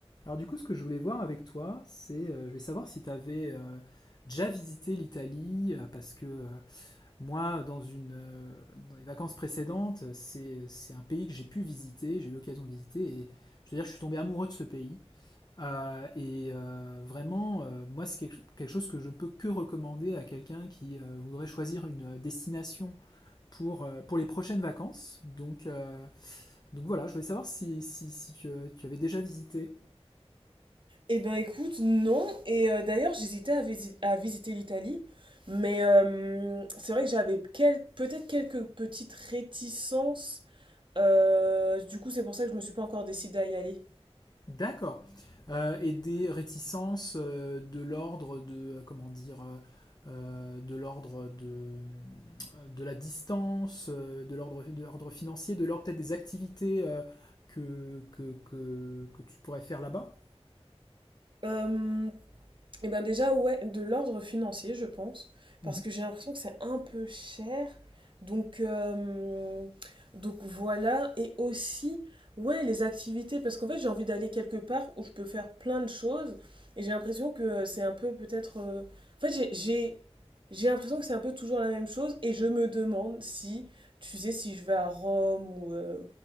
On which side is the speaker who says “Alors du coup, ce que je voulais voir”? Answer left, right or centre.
Left